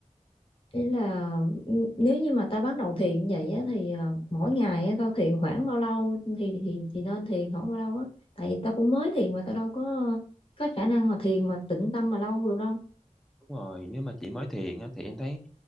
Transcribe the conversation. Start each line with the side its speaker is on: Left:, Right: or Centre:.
Left: ý là n- nếu như mà tao bắt đầu thiền vậy á, thì ờ, mỗi ngày á, tao thiền khoảng bao lâu thì thì thì nên thiền khoảng bao lâu á tại vì tao cũng mới thiền mà tao đâu có có khả năng mà thiền mà tĩnh tâm mà lâu được đâu
Centre: đúng rồi nếu mà chị mới thiền á thì em thấy